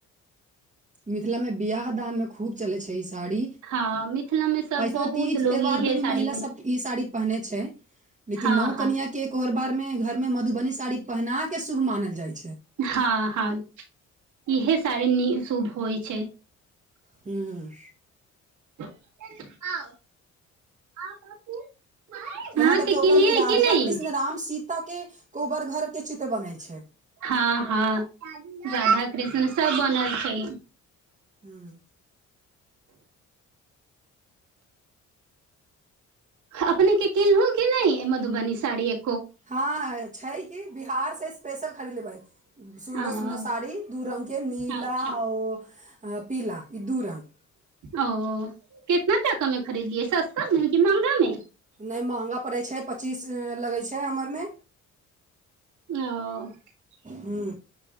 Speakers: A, on the right; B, on the right.
A: मिथिला मे बियाह दानमे खूब चलै छै ई साड़ी ऐसे
B: हँ मिथिला मे सब
A: त
B: बहुत
A: तीज
B: लोग
A: त्यौहारमे
B: इहे
A: भी
B: साड़ी
A: महिला
B: पहिन
A: सब ई साड़ी पहिनेै छै लेकिन
B: हँ
A: नओ
B: हँ
A: कनिय के एकोहर बारमे घरमे मधुबनी साड़ी पहिराक के शुभ मानल जाइत
B: हँ हँ इहे सारी शुभ होइ छै
A: ह्मँ
B: एने आउ आउ कनी अहाँके
A: यहाँ तक कि ओकरमे
B: कलियै
A: राधा
B: कि नहि
A: कृष्ण राम सीताके कोहबर घरके चित्र बनै छै
B: हँ हँ राधा कृष्ण सब बनल छै
A: हुं
B: अपनेके किनलहुँ कि नहि मधुबनी साड़ी एक
A: हँ छै की बिहार से स्पेशल खरीद लेबै ह सुन्दर
B: ओ
A: सुन्दर साड़ी दू रङ्गके नीला
B: अच्छा
A: आ पीला ई दू रंग
B: ओ कितना टाका में खरीदलियै सस्ता मे कि महँंगा मे
A: नहि महगा पड़ै छै पच्चीस लगै छै हमरमे
B: ओ
A: ह